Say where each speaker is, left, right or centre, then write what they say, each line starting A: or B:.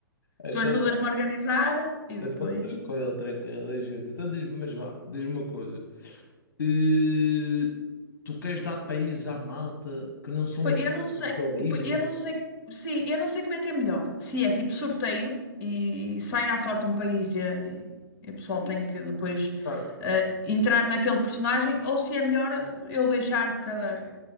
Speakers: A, on the left; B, on the left.
A: Então,
B: Tu ajudas-me
A: vá,
B: a organizar e
A: então
B: depois.
A: tranquilo, tranquilo, ajuda. Então diz-me, mas vá, diz-me uma coisa. Eh, tu queres dar países à malta que não são
B: Pois,
A: os
B: Eu
A: de
B: não sei,
A: origem?
B: pois, eu não sei, sim, eu não sei como é que é melhor. Se é tipo sorteio e sai à sorte um país e, e- e o pessoal
A: Pois,
B: tem que depois
A: Ok,
B: eh, entrar naquele personagem, ou se é melhor eh, eu deixar cada,